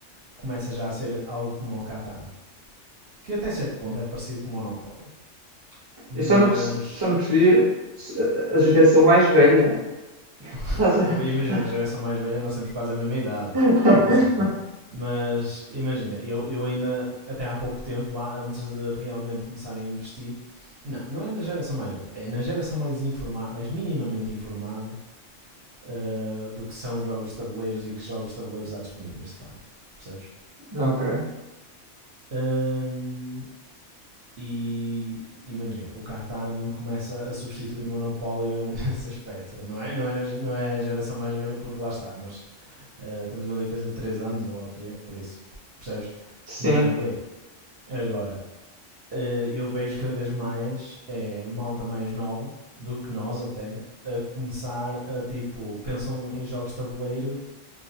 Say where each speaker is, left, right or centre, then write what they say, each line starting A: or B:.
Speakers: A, on the right (about 55°); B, on the right (about 25°).
A: começa já a ser algo como o Catan, que até certo ponto é parecido com o Monopoly, mas
B: Eu só não, perce- só não percebi se- a a geração mais velha.
A: <laughs>
B: Estás a.
A: Imagina,
B: tá-
A: a geração mais velha, nós temos quase a mesma idade.
B: <laughs>
A: Atenção, é? Mas imagina, eu, eu ainda, até há pouco tempo, antes de realmente começar a investir, não, não é na geração mais velha, é na geração mais informada, mais minimamente informada uh, do que são jogos de tabuleiros e que jogos de tabuleiros há disponíveis, de facto. Percebes?
B: Ok.
A: Um, e imagina, o Catan começa a substituir o Monopólio <laughs> nesse aspecto. Não é, não, era, não é a geração mais velha, porque lá está, nós Eh, temos uma diferença de 3 anos, ou lá o que é, por isso, percebes?
B: Sim.
A: Não é por aí. Agora, eh, eu vejo cada vez mais é, malta mais nova do que nós até a começar a tipo, pensam em jogos de tabuleiros,